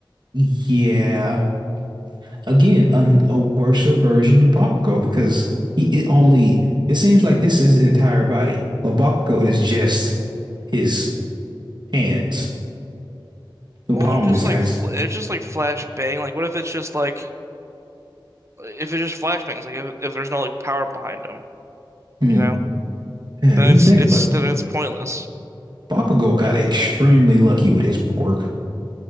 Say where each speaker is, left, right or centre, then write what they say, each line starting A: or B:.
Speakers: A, on the right (about 60°); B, on the right (about 35°).
A: Yeah. Again, an, a worser version of Bakugo because he it only it seems like this is his entire body. Well, Bakugo is just his hands. the
B: Well,
A: palm
B: then just
A: of his
B: like
A: hands.
B: fl it's just like flashbang. Like, what if it's just like if it's just flashbangs? Like, if if there's no like power behind them,
A: Hmm.
B: you know?
A: Yeah,
B: Then
A: you
B: it's
A: think,
B: it's
A: but
B: then it's pointless.
A: Bakugo got extremely lucky with his pork.